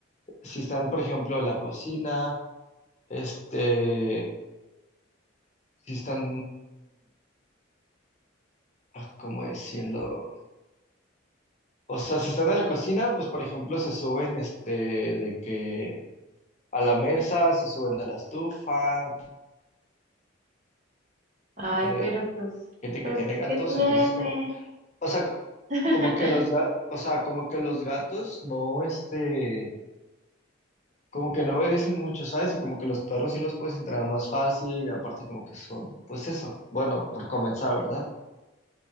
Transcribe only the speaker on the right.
Ay,
pero pues,
pero
pues,
¿qué tiene?
<laughs>